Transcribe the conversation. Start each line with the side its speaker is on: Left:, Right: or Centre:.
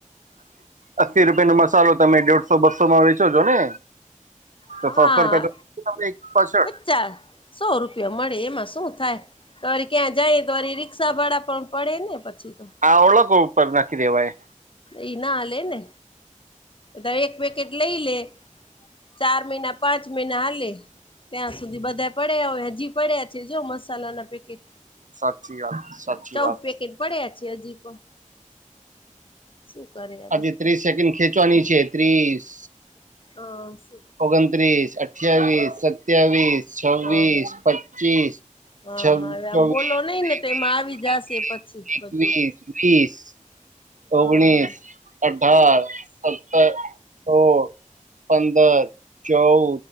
Right: અસ્સી રૂપિયા નો મસાલો તમે દોઢસો બસોમાં વેચો છો ને તો
Left: હા
Right: સાતસો રૂપિયા તો તમને પાછળ
Left: પચાસ સો રૂપિયા મળે એમાં શું થાય તોરી ક્યાં જાય તોરી રીક ક્ષા ભાડા પણ પડે પછી ને તો
Right: હા ઓળ કુપ પગ નાખી દેવાય
Left: ઈ ના હાલે ને તો એક પેકેટ લઈ લે ચાર મહિના પાંચ મહિના હાલે ત્યાં સુધી બધા પડ્યા હો હજી પડ્યા છે જો મસાલાના પેકેટ
Right: સાચી વાત સાચી
Left: ચૌદ
Right: વાત
Left: પેકેટ પડ્યા છે હજી પણ શું કરે હવે
Right: આજે ત્રીસ સેકન્ડ ખે ચવાની છે ત્રીસ
Left: હ
Right: ઓગણત્રીસ, અઠ્યાવીસ, સત્યાવીસ, છવ્વીસ,
Left: હા
Right: પચીસ,
Left: હા
Right: છ
Left: હા હવે
Right: ચોવીસ,
Left: આમ બોલો નઈ
Right: ત્રેવીસ
Left: ને તો એમાં આવી
Right: <unintelligible>
Left: જશે પછી
Right: એકવીસ
Left: બધું
Right: વીસ <inaudible>
Left: હ
Right: ઓગણીસ
Left: હ
Right: અ અઢાર સત્તર સો પંદર ચૌદ